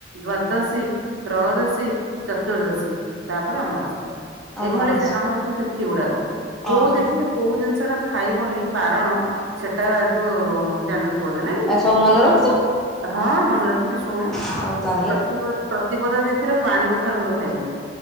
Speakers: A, on the right; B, in the centre.
A: ଦ୍ଵାଦଶୀ ତ୍ରୟୋଦଶୀ ଚତୁର୍ଦ୍ଦଶୀ ତାପରେ ଅମାବାସ୍ୟା।
B: ଅମାବାସ୍ୟା
A: ଏଭଳି କେ ଆମର ସବୁ ତିଥି ଗୁଡାକ କୋଉ
B: ଓହୋ
A: ତିଥିରେ କୋଉ ଜିନିଷ ଟା ଖାଇବନି ବାରଣ ସେଟାତୁ ଜାଣିନଥିବୁ ବୋଧେ ନାଇଁ।
B: ଏରା ସବୁ ମନେ ରଖିଛ।
A: ହଁ ମନେ ରଖିଛି ଶୁଣୁ।
B: ଆଉ ତାହେଲେ
A: ପ୍ରତିପ ପ୍ରତିପଦା ତିଥିରେ ପାଣି କଖାରୁ କେବେ ଖାଇବୁନି।